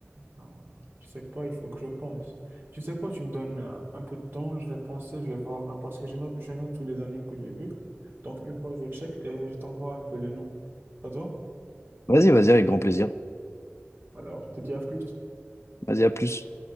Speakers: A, on the right; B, on the left.
A: ben, je sais pas, il faut que je pense. Tu sais quoi, tu me donnes euh, un peu de temps, je vais penser, je vais voir, euh, parce que je note, je note tous les animes que j'ai vus. Donc, une fois, je check et je t'envoie un peu les noms. Ça te va?
B: Vas-y, vas-y, avec grand plaisir.
A: Alors, je te dis à plus.
B: Vas-y, à plus.